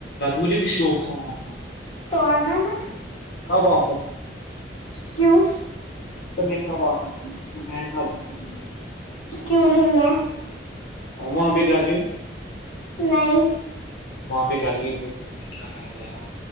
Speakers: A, on the left; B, on the left.
A: مجھے بھی شوق ہے وہاں جانا
B: تو آنا نا
A: کب آ سکتا
B: کیوں
A: میں کب آ سکتا ہوں ٹائم کب ہے؟
B: کیوں نہیں ہے
A: وہاں پہ گرمی
B: نہیں
A: وہاں پہ گرمی ہوگی پھر کیا کریں گے ہم